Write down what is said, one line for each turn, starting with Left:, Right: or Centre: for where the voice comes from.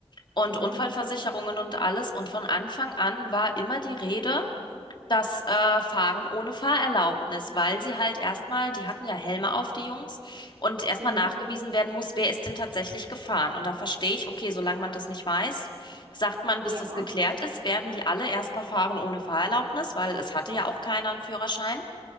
Left: und
Right: Mhm.
Left: Unfallversicherungen und alles. Und von Anfang an war immer die Rede, das äh, Fahren ohne Fahrerlaubnis, weil sie halt erstmal, die hatten ja Helme auf, die Jungs, und erstmal
Right: Mhm.
Left: nachgewiesen werden muss, wer ist denn tatsächlich gefahren. Und da verstehe ich, okay, solange man das nicht weiß, sagt man, bis
Right: Ja.
Left: das geklärt ist, werden die alle erstmal fahren ohne Fahrerlaubnis, weil es hatte ja auch keiner einen Führerschein.